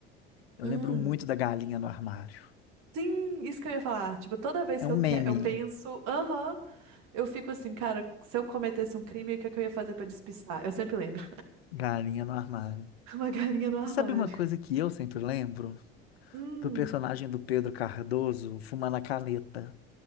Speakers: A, on the left; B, on the right.
A: eu
B: Hum.
A: lembro muito da galinha no armário.
B: Sim, isso que eu ia falar. Tipo, toda vez
A: É
B: que
A: um
B: eu,
A: meme,
B: que, eu penso, aham, eu fico assim, cara, se eu cometesse um crime, o que é que eu ia fazer pra despistar? Eu sempre lembro.
A: galinha no armário.
B: <laughs> Uma galinha no armário.
A: Você sabe uma coisa que eu sempre lembro?
B: Hum.
A: Do personagem do Pedro Cardoso fumando a caneta.